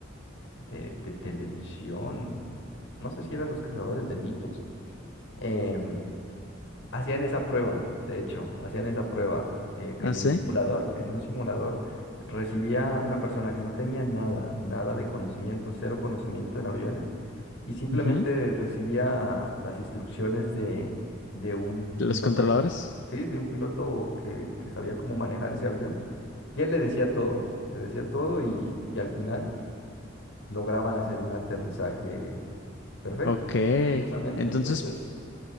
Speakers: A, on the left (about 85°); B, on the left (about 65°).
A: de, de televisión, no sé si eran Los Cazadores de Mitos, em, Hacían esa prueba, de hecho, hacían esa prueba eh, en
B: Ah, sí.
A: un simulador, en un simulador recibía una persona que no tenía nada, nada de conocimiento, cero conocimiento en aviones, y simplemente
B: Ujú.
A: recibía las instrucciones de, de un
B: Los
A: piloto,
B: controladores.
A: ¿sí? De un piloto que, que sabía cómo manejar ese avión, y él le decía todo, le decía todo, y, y al final lograban hacer un aterrizaje perfecto,
B: Ok.
A: curiosamente,
B: Entonces,
A: entonces...